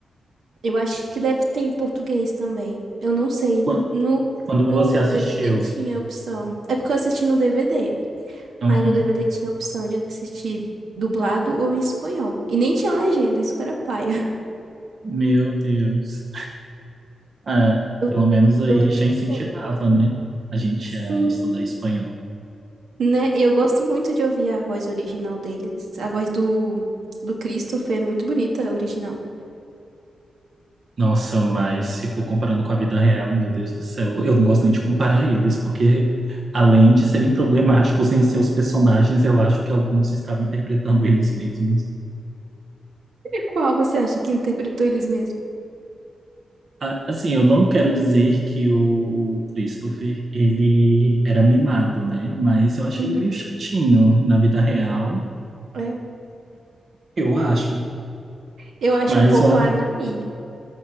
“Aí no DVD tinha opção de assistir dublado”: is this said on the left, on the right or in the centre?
Right